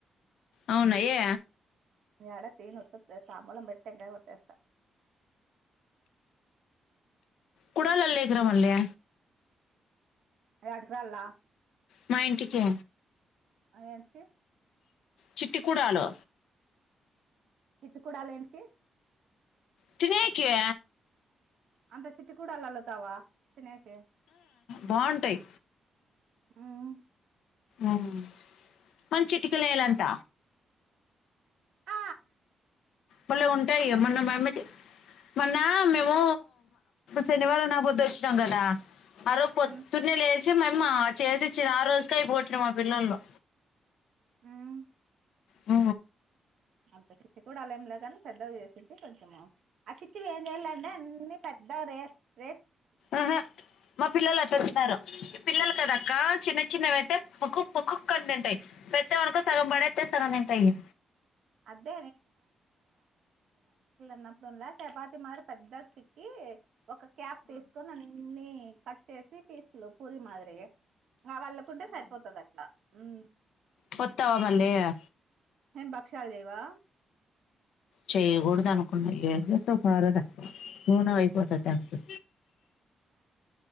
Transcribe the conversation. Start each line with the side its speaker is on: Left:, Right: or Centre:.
Left: అవునా ఏ
Right: నే యాడ తీయన్ వొత్తు దే తాంబళం పెట్టెంకాయ కొట్టేస్తా
Left: కుడాలలేకిరం ఉల్లే
Right: అయ అటుకరాల్ల
Left: మా ఇంటికి
Right: అఏంటి
Left: చిట్టి కుడాలు
Right: చిట్టి కుడాలేంటికి
Left: తినెయ్యకే
Right: అంత చిట్టి కుడాలల్లతావా తినేయకే
Left: బాగుంటయి
Right: ఉం
Left: ఉం మన చిటికనేలంత
Right: ఆ
Left: బలే ఉంటాయి
Right: అంత
Left: ఇగ మొన్న మ యమ్మ చే మొన్న మేము శనివారం నా పొద్దు వచ్చినాం కదా అరో పొద్దున్నే
Right: మ్మ్
Left: లే మ యమ్మా చేసి ఇచ్చి ఆ రోజుకే అయిపోగొట్టిండు మా పిల్లోల్లు
Right: మ్మ్
Left: ఆ
Right: అంత చిట్టి కుడలేం లేకని పెద్దవి చేసుంటే కొంచెము ఆ చిట్ ట్టిఎం చేయళ్ళంటే అన్ని పెద్దగా దే రె
Left: ఎ హే మా పిల్లలు అట్ట వచ్చినారు పిల్లలు కదాక్క చిన్న చిన్నవియితే పకుక్ పకుక్ అని తింటయి పెద్దవనుకో సగం పడెత్తయి సగం తింటయి
Right: అదే న్నప్పుడంల్ల చపాతి మారి పెద్దాగ చిక్కి ఒక క్యాప్ తీసుకొని నన్ఇన్ని కట్ చేసి పీసులు పూరి మాదిరిగా ఆ వాళ్ళకుంటే సరిపోతది అట్లా ఉం
Left: కొత్తగా పడ్ళ్ళేయా
Right: ఎం బక్షాలు చేయ్వా
Left: చేయ్యకూడదనుకున్నా ఎం చెత్తవ్ పారదా నునవై పోతదానితో